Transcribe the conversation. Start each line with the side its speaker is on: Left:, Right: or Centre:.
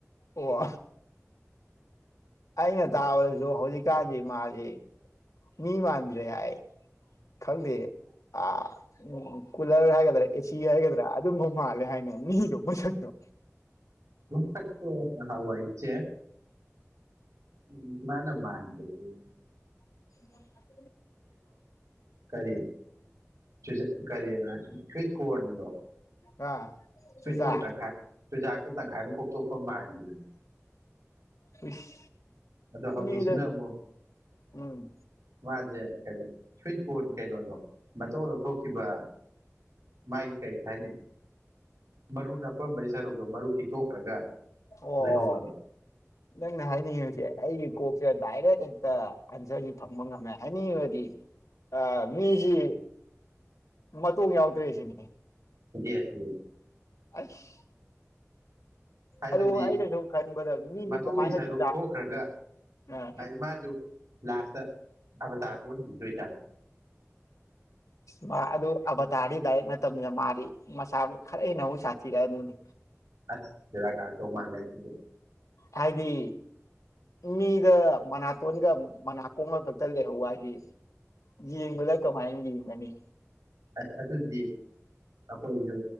Left: ꯑꯣ <inaudible> ꯑꯩꯅ ꯇꯥꯕꯗꯁꯨ ꯍꯧꯖꯤꯛꯀꯥꯟꯗꯤ ꯃꯥꯁꯤ ꯃꯤ ꯃꯥꯟꯗ꯭ꯔꯦ ꯍꯥꯏ ꯈꯪꯗꯦ ꯑꯥ ꯎꯝ ꯀꯨꯂꯔ ꯍꯥꯏꯒꯗ꯭ꯔ ꯑꯦꯁꯤ ꯍꯥꯏꯒꯗ꯭ꯔ ꯑꯗꯨꯝꯕ ꯃꯥꯜꯂꯦ ꯍꯥꯏꯅꯦ ꯃꯤꯗꯣ ꯃꯁꯛꯇꯣ
Right: ꯃꯁꯛꯇꯣ ꯅꯍꯥꯟꯋꯥꯏꯖꯦ ꯎꯝ ꯃꯥꯅ ꯃꯥꯟꯕ ꯎꯝ
Left: <inaudible>
Right: ꯀꯔꯤ ꯆꯨꯖ ꯀꯔꯤ ꯍ ꯁꯨꯏꯠ ꯀꯣꯔꯟꯗꯣ
Left: <unintelligible>
Right: ꯁꯨꯏꯠ
Left: ꯆꯨꯖꯥ
Right: ꯀꯣꯔꯟ ꯇꯪꯈꯥꯏ ꯆꯨꯖꯥꯛ ꯇꯪꯈꯥꯏꯃ ꯀꯣꯛꯊꯣꯛꯄ ꯃꯥꯜꯕꯤꯗꯨꯅꯦ
Left: ꯎꯏꯁ
Right: ꯑꯗꯣ ꯍꯧꯖꯤꯛꯁꯤꯅ
Left: ꯃꯤꯗ
Right: ꯑꯃꯨꯛ
Left: ꯎꯝ
Right: ꯃꯥꯖꯦ ꯀꯩꯅ ꯁ꯭ꯋꯤꯠ ꯀꯣꯔꯟ ꯀꯩꯅꯣꯗꯣ ꯃꯇꯧ ꯂꯧꯊꯣꯛꯈꯤꯕ ꯃꯥꯒꯤ ꯀꯩ ꯍꯥꯏꯅꯤ ꯃꯔꯨ ꯅꯄꯝꯕꯩ ꯁꯔꯨꯛꯇꯣ ꯃꯔꯨ ꯄꯤꯛꯇꯣꯛꯈ꯭ꯔꯒ
Left: ꯑꯣ
Right: ꯂꯩꯍꯧꯕꯗꯣ
Left: ꯅꯪꯅ ꯍꯥꯏꯅꯤꯡꯉꯤꯕꯁꯦ ꯑꯩꯒꯤ ꯀꯣꯛꯁꯦ ꯗꯥꯏꯔꯦꯛ ꯍꯦꯛꯇ ꯑꯟꯁꯔꯁꯤ ꯐꯪꯕ ꯉꯝꯃꯦ ꯍꯥꯏꯅꯤꯡꯏꯕꯗꯤ ꯑ ꯃꯤꯁꯤ ꯃꯇꯣꯡ ꯌꯥꯎꯗ꯭ꯔꯦꯁꯤꯅꯦ
Right: ꯗꯦꯠ ꯄꯨ
Left: ꯑꯁ
Right: ꯍꯥꯏꯕꯗꯤ
Left: ꯑꯗꯨ ꯑꯩꯅ ꯁꯨꯝ ꯈꯟꯕꯗ ꯃꯤꯁꯤ
Right: ꯃꯇꯨꯡꯣꯒꯤ
Left: ꯀꯃꯥꯏꯅ
Right: ꯁꯔꯨꯛ
Left: ꯆꯨꯖꯥꯛ
Right: ꯊꯣꯛꯈ꯭ꯔꯒ
Left: ꯑꯥ
Right: ꯍꯥꯏꯗꯤ ꯃꯥꯁꯨ ꯂꯥꯁꯇ ꯑꯕ ꯇꯥꯔ ꯑꯣꯔꯅꯤ ꯁ꯭ꯋꯤꯗ
Left: ꯃꯥ ꯑꯗꯨ ꯑꯕꯇꯥꯔꯗꯤ ꯗꯥꯏꯔꯤꯛ ꯅꯠꯇꯅꯤꯅ ꯃꯥꯗꯤ ꯃꯁꯥꯕꯨ ꯈꯔ ꯍꯦꯟꯅ ꯑꯃꯨꯛ ꯁꯥꯊꯤꯔꯛꯑꯅꯨꯅꯦ
Right: ꯑꯁ ꯔ ꯀꯥ ꯇꯧ ꯃꯥꯂꯦ ꯁꯤꯗꯤ
Left: ꯍꯥꯏꯗꯤ ꯃꯤꯗ ꯃꯅꯥꯇꯣꯟꯒ ꯃꯅꯥꯀꯣꯡꯒ ꯈꯛꯇ ꯂꯩꯍꯧꯕ ꯍꯥꯏꯁꯤ ꯌꯦꯡꯕꯗ ꯀꯃꯥꯏꯅ ꯌꯦꯡꯒꯅꯤ
Right: ꯑ ꯑꯗꯨꯗꯤ ꯑꯩꯈꯣꯏꯁꯨ